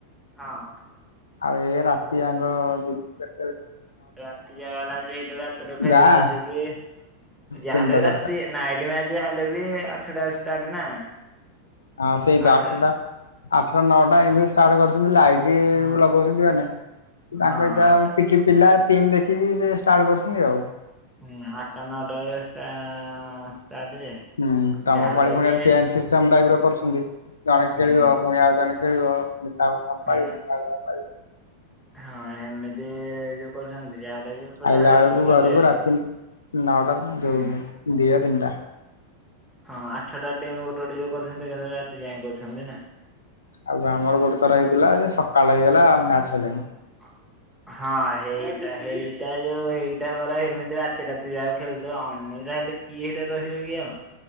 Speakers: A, in the centre; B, on the left.
A: ହଁ।
B: ଆଉ ଏ ରାତିଯାଙ୍କ ଯିବେ
A: ରାତି ଯାକ ହେଲା ଆ ସେଇଠୁ ରାତିରେ ଫେରିଲା
B: ଗାଁ
A: ଆସି କି ଯାହାହେଲେ
B: ତିନିଟା
A: ବି
B: ଚାରିଟା
A: ରାତି ନାଇଟ ମ୍ୟାଚ୍ ଯାହା ହେଲେ ବି ଆଠଟାରୁ ଷ୍ଟାର୍ଟ ନା।
B: ହଁ ସେଇ ତ
A: ଆଠ
B: ଆଠଟା। ଆଠଟା ନଅଟା ଏମତି ଷ୍ଟାର୍ଟ କରୁଛନ୍ତି, ଲାଇଟ୍
A: ହଁ
B: ଲଗାଉଛନ୍ତି ମାନେ ତାଙ୍କ
A: ହଁ
B: ଏଇ ଯା
A: ଆଠଟା
B: ପିଟି ପିଲା ଟିମ୍ ଦେଖିକି ସେ ଷ୍ଟାର୍ଟ କରୁଛନ୍ତି ଆଉ।
A: ହୁଁ ଆଠଟା ନଅଟା ବେଳେ ଷ୍ଟା ଷ୍ଟାର୍ଟ ଯେ
B: ହୁଁ ତମ
A: ଯାହାହେଲେ
B: ପାଳି ଫୁଣି
A: ବି
B: ଚେ ସିଷ୍ଟମ ଟାଇପ ର। କରୁଛନ୍ତି, ଜଣେ ଖେଳିବ
A: ହୁଁ
B: ପୁଣି ଆଉ ଜଣେ ଖେଳିବ। ପୁଣି ତାପରେ ତମ
A: ହୁଁ
B: ପାଳି ପୁଣି ଆଉ ଜଣଙ୍କ ପାଳି।
A: ହଁ ଏମିତି ଯୋଉ କ ଛନ୍ତି, ଯାହାଟେ ବି ପୁରା
B: ଆଇଲା
A: ରାତିି
B: ବେଳକୁ ଘରକୁ
A: ଲେଟ
B: ରାତି
A: ହେଇଯାଏ
B: ନଅଟା ଯୋଉ
A: ହଁ।
B: ଦିଟା ତିନିଟା।
A: ହଁ ଆଠଟା ଟିମ୍ ଗୋଟେ ଗୋଟେ ଯୋଉ କରୁଛନ୍ତି। ଏକାଥରେ ରାତି ଯାଇଁ କରୁଛନ୍ତି ନା।
B: ଆଉ ଆମର ଗୋଟେ ଥର ହେଇଥିଲା ଯେ ସକାଳ ହେଇଗଲା ଆମେ ଆସିଲାଣି
A: ହଁ। ହଁ ହେଇଟା ହେଇଟା ଯୋଉ ଏଇଟା ପରା ସେମିତି ରାତି ରାତି ଯା ଖେଳୁଥିବ ଅନି ହେଲେ କିଏଟା ରହିବ କି ଆଉ?